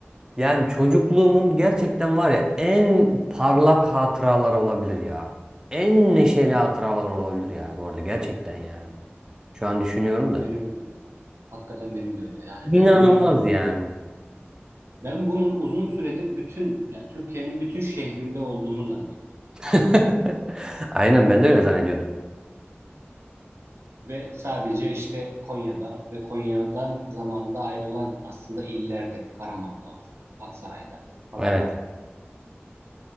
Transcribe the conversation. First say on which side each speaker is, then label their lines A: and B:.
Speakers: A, on the right (about 15°); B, on the right (about 80°).
A: yani çocukluğumun gerçekten var ya en parlak hatıralar olabilir ya. En neşeli hatıralar olabilir ya bu arada gerçekten yani. Şu an düşünüyorum da.
B: Benim de öyle. Hakikaten benim de öyle. Yani ve
A: İnanılmaz
B: bunun
A: yani.
B: ben bunun uzun süredir bütün yani Türkiye'nin bütün şehrinde olduğunu zannediyorum.
A: <laughs> Aynen ben de öyle zannediyordum.
B: Ve sadece işte Konya'da ve Konya'dan zamanında ayrılan aslında illerde, Karaman'da olsun, Aksaray'da falan
A: Evet.
B: var.